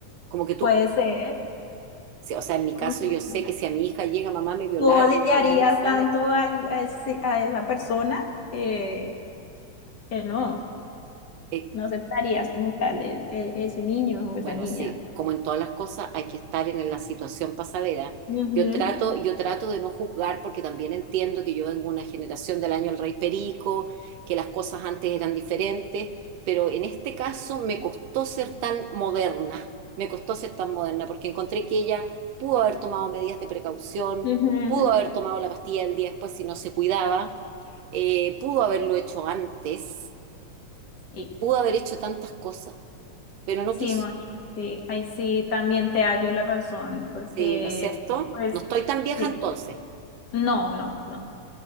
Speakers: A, on the right (about 65°); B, on the left (about 35°).
A: Como que tú,
B: puede ser.
A: sí, o sea, en mi
B: como
A: caso
B: que
A: yo sé
B: sí.
A: que si a mi hija llega, mamá me violaron
B: ¿Tú odiarías
A: y al mes me sale,
B: tanto al- a, ese- a esa persona que, que no,
A: eh,
B: no aceptarías como tal e- e- ese niño o
A: Bueno,
B: esa niña?
A: sí, como en todas las cosas hay que estar en la situación pasadera.
B: Ujú,
A: Yo trato, yo trato de no juzgar porque también entiendo que yo vengo de una generación del año El Rey Perico, que las cosas antes eran diferentes, pero en este caso me costó ser tan moderna, me costó ser tan moderna porque encontré que ella pudo haber tomado medidas de precaución,
B: ujú.
A: pudo haber tomado la pastilla el día después si no se cuidaba, eh, pudo haberlo hecho antes,
B: Y
A: pudo haber hecho tantas cosas, pero no
B: sí,
A: quiso.
B: Moni, sí, ahí sí también te hallo la razón, porque
A: Sí, ¿no es cierto?
B: pues
A: No estoy tan vieja
B: sí,
A: entonces.
B: no, no, no,